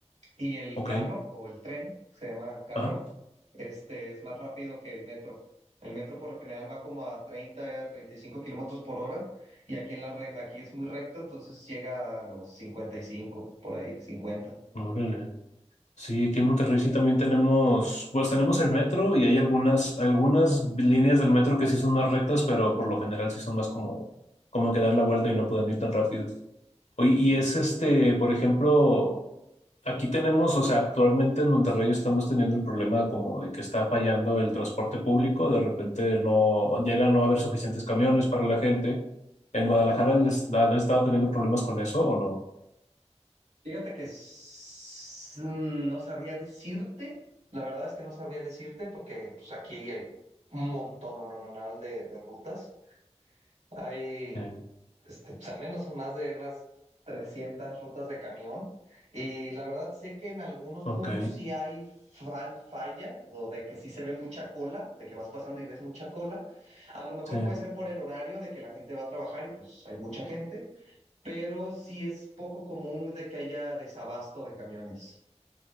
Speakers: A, on the right; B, on the left.
A: Y el
B: Ok.
A: carro o el tren, se llama carro,
B: Ah,
A: este es más rápido que el metro. El metro por lo general va como a 30 a 35 kilómetros por hora y aquí, en la re- aquí es muy recto, entonces llega a los cincuenta y cinco por ahí, cincuenta
B: órale. Sí, aquí en Monterrey sí también tenemos, pues tenemos el metro y hay algunas, algunas líneas del metro que sí son más rectas, pero por lo general sí son más como, como que dan la vuelta y no pueden ir tan rápido. Oye, y es este,
A: Y
B: por ejemplo, aquí tenemos, o sea, actualmente en Monterrey estamos teniendo el problema como de que está fallando el transporte público, de repente no llega a no haber suficientes camiones para la gente. ¿En Guadalajara les- han estado teniendo problemas con eso o no?
A: Fíjate que s- no sabría decirte, la verdad es que no sabría decirte porque pues, aquí hay un montón, no, no, no, no, de, de rutas. Hay
B: Eh,
A: este, pues al menos son más de unas 300 rutas de camión. Y la verdad sé que en algunos
B: ok,
A: puntos sí hay fal- falla, o de que sí se ve mucha cola, de que vas pasando y ves mucha cola. A lo mejor
B: sí.
A: puede ser por el horario de que la gente va a trabajar y pues hay mucha gente, pero sí es poco común de que haya desabasto de camiones.